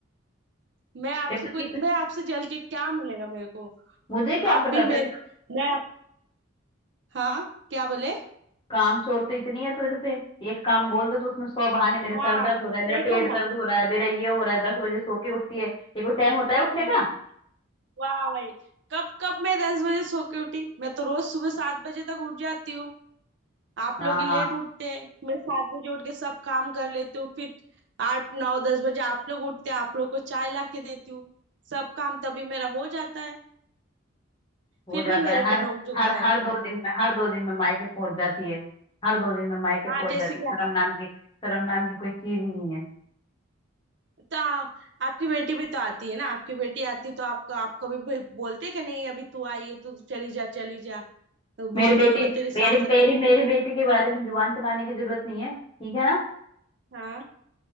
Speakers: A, on the right; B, on the left.
A: मैं आपसे
B: तेरे तो
A: कुछ
B: किस
A: मैं आपसे जल के क्या मिलेगा मेरे को
B: मुझे क्या
A: आप
B: पता
A: भी मेरे
B: था
A: मैं हाँ क्या बोले
B: काम चोर तो इतनी है तेरे से एक काम बोल दो तो उसमें सौ बहाने मेरे
A: हाँ
B: सर दर्द हो रहा है मेरा
A: देखो
B: पेट दर्द हो रहा है मेरा ये हो रहा है दस बजे सो के उठती है ये कोई टाइम होता है उठने
A: ना
B: का
A: वाह भाई कब कब मैं दस बजे सो के उठी मैं तो रोज सुबह सात बजे तक उठ जाती हूँ आप
B: हाँ
A: लोग ही लेट उठते हैं मैं सात बजे उठ के सब काम कर लेती हूँ फिर आठ नौ दस बजे आप लोग उठते हैं आप लोग को चाय ला के देती हूँ सब काम तभी मेरा हो जाता है
B: हो
A: फिर
B: जाता
A: भी मेरे
B: है हर
A: पे नोक झोंक
B: हर
A: करते
B: हर दो
A: रहते
B: दिन
A: हैं
B: में हर दो दिन में मायके पहुंच जाती है हर दो दिन में मायके
A: हाँ
B: पहुंच
A: जैसे
B: जाती
A: क्या
B: है शर्म नाम की शर्म नाम की कोई चीज ही नहीं है
A: तो आ, आपकी बेटी भी तो आती है ना आपकी बेटी आती तो आपको आपको भी बे- बोलते हैं कि नहीं अभी तू आई है तो तू चली जा चली जा तो बहुत
B: मेरी बेटी
A: दिन हो गए तेरी
B: मेरी
A: सास अकेली
B: मेरी मेरी बेटी के बारे में जुबान चलाने की जरूरत नहीं है ठीक है ना
A: हाँ